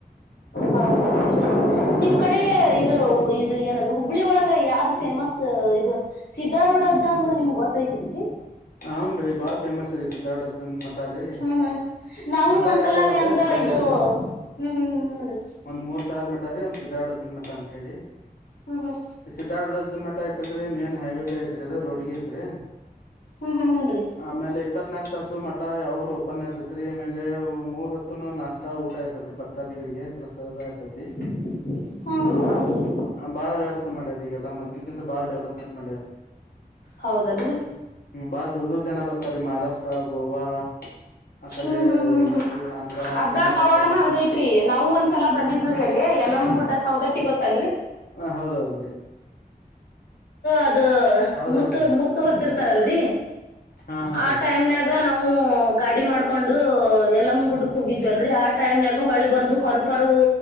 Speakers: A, on the left (about 90°); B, on the left (about 70°).
A: ಹೌದೌದು ನಿಮ್ ಕಡೆ
B: ಹೂನ್ರಿ
A: ಇದು ಇದು ಏನ ಹುಬ್ಬಳಿ ಒಳಗ ಯಾವ್ದ್ ಫೇಮಸ್ ಇದು ಸಿದ್ದರೊಡಜ್ಜ ಅಂದ್ರ ನಿಮ್ಗ್ ಗೊತ್ತೈತನ್ರಿ
B: ಹನ್ ರೀ ಬಾ ಫೇಮಸ್ ರೀ ಸಿದಡ್ಡಜನ್ ಮಠ ರೀ
A: ಹ್ಮ್ ಹ್ಮ್ ನಾವು
B: ಮಠ
A: ಒಂದ್ಸಲಾರಿ
B: ಎರಡ ಅದಾವ್ರೀ
A: ಅಂದ್ರ
B: ಹುಬ್ಬಳ್ಳಿ ಯಾಗ
A: ಇದು ಹ್ಮ್ ಹ್ಮ್ ಹ್ಮ್ ಹುನ್ರಿ
B: ಒಂದ್ ಮೂರ್ ಸಾವಿರ ಮಠ ರೀ ಒಂದ್ ಸಿದ್ದ್ಧರಡಜನ್ ಮಠ ಅಂತ ಹೇಳಿ
A: ಹ್ಮ್ ಹ್ಮ್
B: ಸಿದ್ದಾರ್ಡ್ಜಾನ್ ಮಠ ಐತಲ್ರಿ ಮೇನ್ ಹೈವೇಗೆ ಐತ್ರಿ ಅದು ರೋಡ್ಗ ಐತ್ರಿ
A: ಹ್ಮ್ ಹ್ಮ ಹೂನ್ರಿ
B: ಆಮೇಲೆ ಇಪ್ಪತ್ನಾಲ್ಕು ತಾಸು ಮಠ ಯಾವಾಗಲೂ ಓಪನ್ ಇರ್ತತ್ರಿ ಆಮೇಲೆ ಮೂರ್ ಹೊತ್ತುನು ನಾಷ್ಟ ಊಟ ಇರ್ತತಿ ಭಕ್ತಾದಿಗಳಿಗೆ ಪ್ರಸಾದ ಇರ್ತತಿ
A: <inaudible> ಹ್ಮ್
B: ಹ ಬಾಳ ವ್ಯವಸ್ಥೆ ಮಾಡ್ಯಾರೀ ಈಗಲ್ಲ ಮೊದ್ಲಿಕ್ಕಿಂತ ಬಾಳ್ ಡೆವಲಪ್ಮೆಂಟ್ ಮಾಡ್ಯರೀ
A: ಹೌದಲ್ರಿ
B: ಹ್ಮ್ ಬಾಳ ದೂರ್ ದೂರ್ ಜನ ಬರ್ತಾರೆ ಮಹಾರಾಷ್ಟ್ರ ಗೋವಾ ಆ ಕಡೆ
A: ಹ್ಮ್ ಹ್ಮ್ ಹ್ಮ್ ಹ್ಮ್
B: ಈ ಆಂಧ್ರ
A: ಅಜ್ಜಾರ್
B: ತಮಿಳ್ನಾಡು
A: ಪವಾಡನ
B: ಆ ಕಡೆ
A: ಹಂಗೈತ್ರಿ ನಾವು ಒಂದ ಒಂದ್ಸಲ ಬಂದಿದ್ವಿ ರೀ ಅಲ್ಲಿ ಎಲ್ಲಮ್ಮನ್ ಗುಡ್ಡ ಸೌದತ್ತಿ ಗೊತ್ತಲ್ರಿ
B: ಹ ಹೌದೌದ ರೀ
A: ಅದ
B: ಹೌದ
A: ಮುತ್ತ
B: ಹೇಳ್ರಿ
A: ಮುತ್ತು ಹೊತ್ತಿರ್ತಾರಲ್ರಿ
B: ಹಾ ಹಾ
A: ಆ
B: ರೀ
A: ಟೈಮ್ನಾಗ ಗ ನಾವು ಗಾಡಿ ಮಾಡ್ಕೊಂಡು ಎಲ್ಲಮ್ಮನ್ ಗುಡ್ಡಕ್ ಹೋಗಿದ್ವಿಲ್ರಿ ಆ ಟೈಮ್ ನಗ ಹೊಳ್ಳಿ ಬಂದು ಹೊರಪರ್